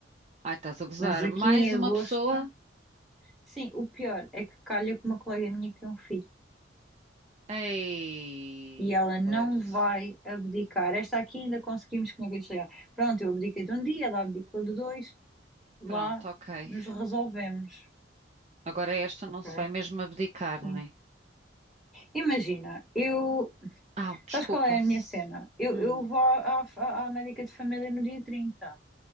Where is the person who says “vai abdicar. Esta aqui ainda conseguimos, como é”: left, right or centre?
Centre